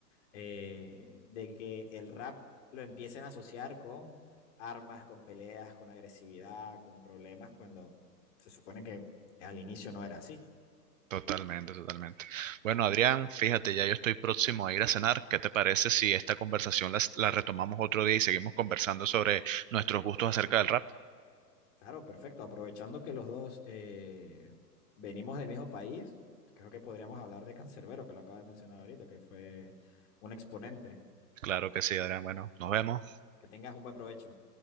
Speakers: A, on the left; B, on the right.
A: eh, de que el rap lo empiecen a asociar con armas, con peleas, con agresividad, con problemas, cuando se supone que al inicio no era así.
B: Totalmente, totalmente. Bueno, Adrián, fíjate, ya yo estoy próximo a ir a cenar. ¿Qué te parece si esta conversación las- la, retomamos otro día y seguimos conversando sobre nuestros gustos acerca del rap?
A: Claro, perfecto. Aprovechando que los dos eh, venimos del mismo país, creo que podríamos hablar de Cancerbero, que lo acaba de mencionar ahorita, que fue un exponente.
B: Claro que sí, Adrián. Bueno, nos vemos.
A: Que tengas un buen provecho.